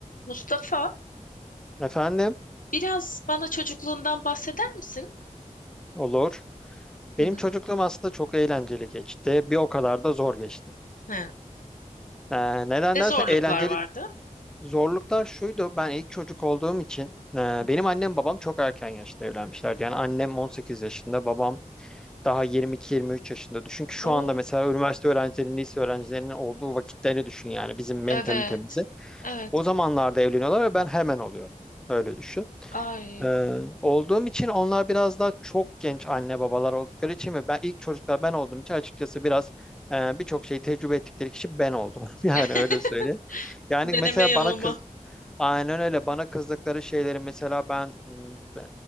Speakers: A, on the left; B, in the centre.
A: Mustafa,
B: Efendim,
A: biraz bana çocukluğundan bahseder misin?
B: olur.
A: Hı
B: Benim
A: hı.
B: çocukluğum aslında çok eğlenceli geçti. Bir o kadar da zor geçti.
A: He.
B: Ee, neden
A: Ne
B: dersen
A: zorluklar
B: eğlenceli
A: vardı?
B: zorluklar şuydu. Ben ilk çocuk olduğum için e,
A: Hı
B: benim
A: hı.
B: annem babam çok erken yaşta evlenmişlerdi. Yani annem 18 yaşında, babam daha 22-23 yaşında. Düşün ki şu
A: Oo,
B: anda mesela üniversite öğrencilerinin, lise öğrencilerinin olduğu vakitlerini düşün yani bizim mentalitemizi.
A: evet. Evet.
B: O zamanlarda evleniyorlar ve ben hemen oluyorum. Öyle düşün.
A: Ay.
B: Ee, olduğum için onlar biraz daha çok genç anne babalar oldukları için ve ben ilk çocuklar ben olduğum için açıkçası biraz e, birçok şeyi tecrübe ettikleri kişi ben oldum. <laughs> Yani
A: <laughs>
B: öyle söyleyeyim. Yani
A: Deneme
B: mesela
A: yanılma.
B: bana kız aynen öyle bana kızdıkları şeyleri mesela ben hmm,